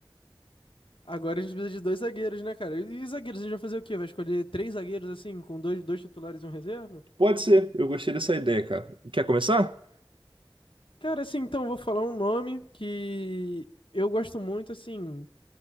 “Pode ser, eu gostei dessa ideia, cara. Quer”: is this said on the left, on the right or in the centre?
Right